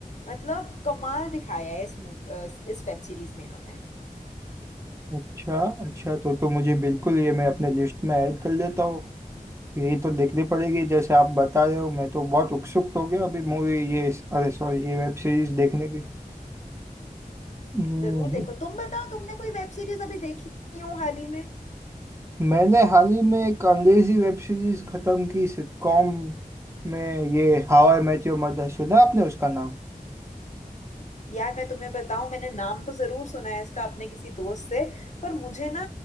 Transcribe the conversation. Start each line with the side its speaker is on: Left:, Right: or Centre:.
Left: मतलब कमाल दिखाया है इस मूवी अ, इस वेब सीरीज में इन्होंने
Right: अच्छा अच्छा तो तो मुझे बिल्कुल ये मैं अपने लिस्ट में ऐड कर लेता हूँ यही तो देखनी पड़ेगी जैसे आप बता रहे हो मैं तो बहुत उत्सुक हो गया अभी मूवी ये अरे सॉरी ये वेब सीरीज देखने की हम्म,
Left: जरूर देखो तुम बताओ तुमने कोई वेब सीरीज अभी देखी हो हाल ही में
Right: मैंने हाल ही में एक अंग्रेजी वेब सीरीज खत्म की सिटकॉम में ये How I Met Your Mother सुना आपने उसका नाम
Left: यार मैं तुम्हें बताऊं मैंने नाम तो जरूर सुना है इसका अपने किसी दोस्त से पर मुझे ना